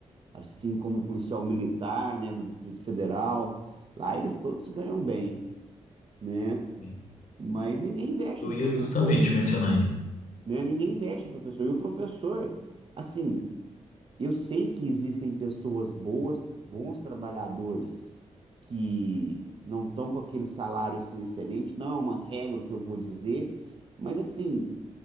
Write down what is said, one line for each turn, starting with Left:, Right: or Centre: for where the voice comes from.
Right: assim como o policial militar, né, do Distrito Federal. Lá eles todos ganham bem, né?
Left: Sim.
Right: Mas
Left: E
Right: ninguém investe
Left: eu
Right: no
Left: ia
Right: professor,
Left: justamente mencionar isso.
Right: né? Ninguém investe no professor. E o professor, assim, Eu sei que existem pessoas boas, bons trabalhadores que não estão com aquele salário assim excelente, não é uma regra o que eu vou dizer, mas assim,